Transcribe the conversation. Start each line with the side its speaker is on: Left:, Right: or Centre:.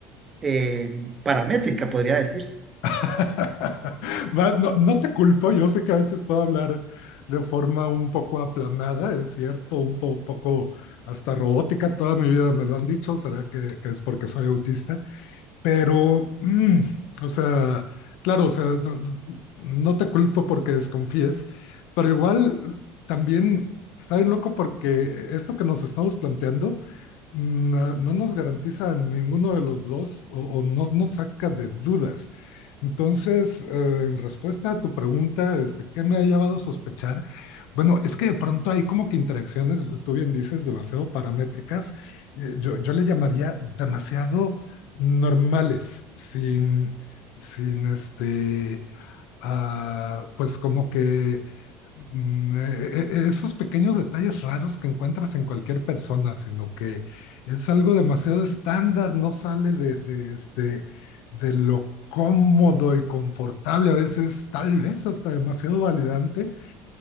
Right: eh, paramétrica, podría decirse.
Left: <laughs> no, no te culpo, yo sé que a veces puedo hablar de forma un poco aplanada, es cierto, un po- poco hasta robótica, toda mi vida me lo han dicho, será que, que es porque soy autista, pero, mm, o sea, claro, o sea, no, no te culpo porque desconfíes, pero igual también está bien loco porque esto que nos estamos planteando mm, no, no nos garantiza a ninguno de los dos o, o no nos saca de dudas. Entonces, eh, en respuesta a tu pregunta, este, ¿qué me ha llevado a sospechar? Bueno, es que de pronto hay como que interacciones, tú bien dices, demasiado paramétricas. Eh, Yo, yo le llamaría demasiado normales, sin, sin este, ah, pues como que mm, e- e- esos pequeños detalles raros que encuentras en cualquier persona, sino que es algo demasiado estándar, no sale de, de, este, de lo cómodo y confortable, a veces tal vez hasta demasiado validante,